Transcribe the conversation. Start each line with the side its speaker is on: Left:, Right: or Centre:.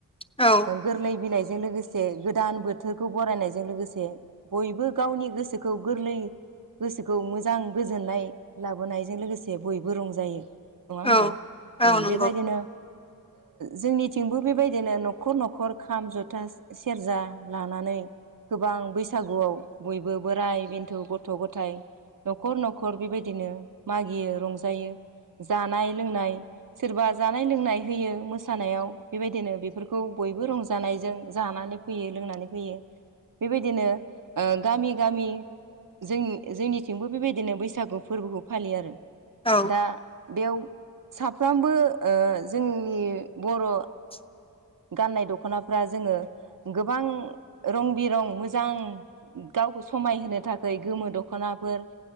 Left: औ
Right: गोरलै बिलाइ जों लोगोसे गोदान बोथोरखौ बरायनायजों लोगोसे बयबो गावनि गोसोखौ गोरलै गोसोखौ मोजां गोजोननाय लाबोनायजों लोगोसे बयबो रंजायो नङा होमबा
Left: औ औ नंगौ
Right: बेबायदिनो जोंनिथिंबो बेबायदिनो न'खर न'खर खाम जथा सेरजा लानानै गोबां बैसागुआव बयबो बोराय बेन्थ' गथ' गथ' गथायाइ न'खर न'खर बेबायदिनो मागियो रंजायो जानाय लोंनाय सोरबा जानाय लोंनाय होयो मोसानायाव बेबायदिनो बेफोरखौ बयबो रंजानायजों जानानै फैयो लोंनानै फैयो बेबायदिनो गामि गामि जोंनि जोंनिथिंबो बेबायदिनो बैसागु फोरबोखौ फालियो आरो
Left: औ
Right: दा बेयाव साफ्रोमबो जोंनि बर'
Left: <inaudible>
Right: गाननाय दख'नाफ्रा जोङो गोबां रं बिरं मोजां गावखौ समायहोनो थाखाय गोमो दख'नाफोर